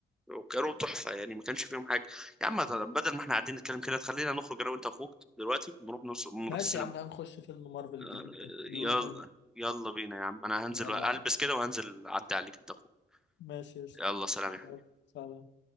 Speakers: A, in the centre; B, on the left.
A: وكانوا تحفه يعني ما كانش فيهم حاجه يا عم طب بدل ما احنا قاعدين نتكلم كده تخلينا نخرج انا وانت اخوك دلوقتي ونروح نص... نروح
B: ماشي
A: السينما
B: يا عم تعال نخش فيلم مارفل الجديد
A: آه،
B: ده بيقولوا
A: يلا
B: حلو
A: يلا بينا يا عم انا هنزل
B: يلا
A: البس
B: يا عم
A: كده وهنزل اعدي عليك انت اخوك
B: ماشي قشطة
A: يلا سلام يا حبيبي
B: يلا، سلام